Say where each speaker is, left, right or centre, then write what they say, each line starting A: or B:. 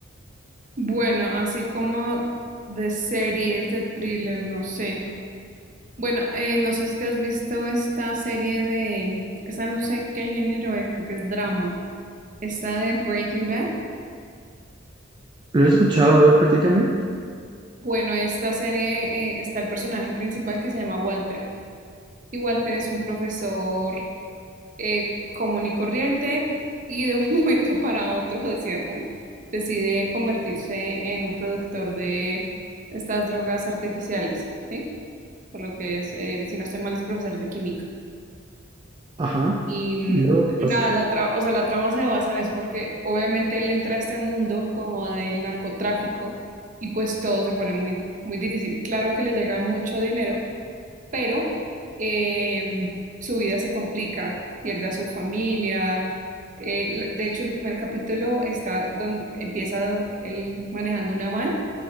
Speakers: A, on the right (about 40°); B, on the right (about 25°).
A: Bueno, así como de series, de thriller, no sé. Bueno, eh, no sé si te has visto esta serie de, esa no sé qué género es, creo que es drama, esta de Breaking Bad.
B: Lo he escuchado, a ver, platícame.
A: Bueno, esta serie eh, está el personaje principal que se llama Walter. Y Walter es un profesor eh, común y corriente y de un <laughs> momento para otro decide, con- decide convertirse en un productor de estas drogas artificiales, ¿sí? Por lo que es, eh, si no estoy mal, es profesor de química.
B: Ajá.
A: Y, mm,
B: ¿Y luego qué pasa?
A: y nada, la tra- o sea, la trama se basa en eso porque obviamente él entra a este mundo como del narcotráfico y pues todo se pone muy, muy difícil. Claro que le llega mucho dinero pero em, su vida se complica, pierde a su familia. eh, l- de hecho, el primer capítulo está donde empieza do- él manejando una van